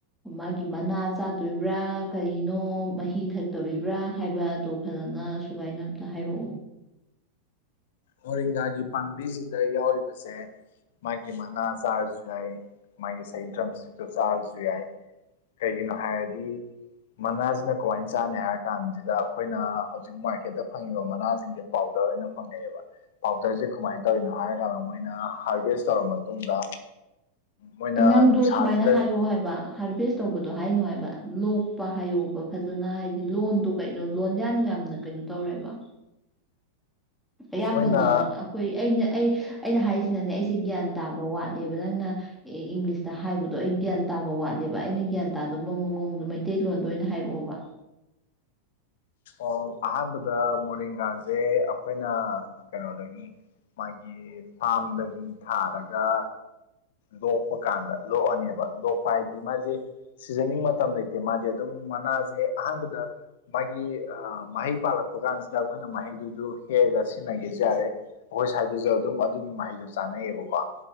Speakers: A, in the centre; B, on the left.
A: ꯃꯥꯒꯤ ꯃꯅꯥ ꯆꯥꯗꯣꯏꯕ꯭ꯔꯥ ꯀꯔꯤꯅꯣ ꯃꯍꯤ ꯊꯛꯇꯧꯔꯤꯕ꯭ꯔꯥ ꯍꯥꯏꯕꯗꯣ ꯐꯖꯅ ꯁꯨꯒꯥꯏꯅ ꯑꯝꯇ ꯍꯥꯏꯔꯛꯑꯣ
B: ꯃꯔꯤꯡꯒꯥꯒꯤ ꯄꯥꯝꯕꯤꯁꯤꯗ ꯌꯥꯎꯔꯤꯕꯁꯦ ꯃꯥꯒꯤ ꯃꯅꯥ ꯆꯥꯔꯁꯨ ꯌꯥꯏ ꯃꯥꯒꯤ ꯁꯦꯒꯤ ꯗ꯭ꯔꯝ ꯏꯁꯇꯤꯛꯇꯣ ꯆꯥꯔꯁꯨ ꯌꯥꯏ ꯀꯩꯒꯤꯅꯣ ꯍꯥꯏꯔꯗꯤ ꯃꯅꯥꯁꯤꯅ ꯀꯃꯥꯏꯅ ꯆꯥꯅꯤ ꯍꯥꯏꯔ ꯀꯥꯟꯁꯤꯗ ꯑꯩꯈꯣꯏꯅ ꯍꯧꯖꯤꯛ ꯃꯥꯔꯀꯦꯠꯇ ꯐꯪꯉꯤꯕ ꯃꯅꯥꯖꯤꯡꯖꯦ ꯄꯥꯎꯗꯔ ꯑꯣꯏꯅ ꯐꯪꯉꯦꯕ ꯄꯥꯎꯗꯔꯁꯦ ꯀꯃꯥꯏꯅ ꯇꯧꯔꯤꯅꯣ ꯍꯥꯏꯔ ꯀꯥꯟꯗ ꯃꯣꯏꯅ ꯍꯥꯔꯚꯦꯁ ꯇꯧꯔ ꯃꯇꯨꯡꯗ ꯃꯣꯏꯅ
A: ꯅꯪꯗꯣ
B: ꯅꯨꯡꯁꯥꯁꯤꯗ
A: ꯁꯨꯃꯥꯏꯅ ꯍꯥꯏꯌꯣ ꯍꯥꯏꯕ ꯍꯥꯔꯚꯦꯁ ꯇꯧꯕꯗꯣ ꯍꯥꯏꯅꯣ ꯍꯥꯏꯕ ꯂꯣꯛꯄ ꯍꯥꯏꯌꯣꯄ ꯐꯖꯅ ꯍꯥꯏꯗꯤ ꯂꯣꯟꯗꯣ ꯀꯩꯅꯣ ꯂꯣꯟꯌꯥꯟ ꯌꯥꯝꯅ ꯀꯩꯅꯣ ꯇꯧꯔꯦꯕ ꯑꯌꯥꯝꯕꯅ
B: ꯃꯣꯏꯅ
A: ꯑꯩꯈꯣꯏ ꯑꯩꯅ ꯑꯩ ꯑꯩꯅ ꯍꯥꯏꯁꯤꯅꯅꯦ ꯑꯩꯁꯦ ꯒ꯭ꯌꯥꯟ ꯇꯥꯕ ꯋꯥꯠꯂꯦꯕ ꯅꯪꯅ ꯑꯦ ꯏꯪꯂꯤꯁꯇ ꯍꯥꯏꯕꯗꯣ ꯑꯩ ꯒ꯭ꯌꯥꯟ ꯇꯥꯕ ꯋꯥꯠꯂꯦꯕ ꯑꯩꯅ ꯒ꯭ꯌꯥꯟ ꯇꯥꯗꯕ ꯃꯑꯣꯡꯗꯣ ꯃꯩꯇꯩꯂꯣꯟꯗ ꯑꯣꯏꯅ ꯍꯥꯏꯔꯛꯑꯣꯕ
B: ꯑꯣ ꯑꯍꯥꯟꯕꯗ ꯃꯣꯔꯤꯡꯒꯥꯖꯦ ꯑꯩꯈꯣꯏꯅ ꯀꯩꯅꯣꯗꯒꯤ ꯃꯥꯒꯤ ꯐ꯭ꯔꯥꯝꯗꯒꯤ ꯊꯥꯔꯒ ꯂꯣꯛꯄ ꯀꯥꯟꯗ ꯂꯣꯛꯑꯅꯦꯕ ꯂꯣꯛꯄ ꯍꯥꯏꯗꯤ ꯃꯥꯖꯦ ꯁꯤꯖꯟꯅꯤꯡ ꯃꯇꯝ ꯂꯩꯇꯦ ꯃꯥꯗꯤ ꯑꯗꯨꯝ ꯃꯅꯥꯁꯦ ꯑꯍꯥꯟꯕꯗ ꯃꯥꯒꯤ ꯑ ꯃꯍꯩ ꯄꯥꯜꯂꯛꯄ ꯀꯥꯟꯁꯤꯗ ꯑꯩꯈꯣꯏꯅ ꯃꯍꯩꯗꯨꯁꯨ ꯍꯦꯛꯑꯒ ꯁꯤꯖꯤꯟꯅꯒꯦꯁꯨ ꯌꯥꯔꯦ ꯑꯩꯈꯣꯏ ꯁ꯭ꯋꯥꯏꯗꯁꯨ ꯑꯗꯨꯝ ꯑꯗꯨꯒꯤ ꯃꯍꯩꯗꯣ ꯆꯥꯅꯩꯌꯦꯕꯀꯣ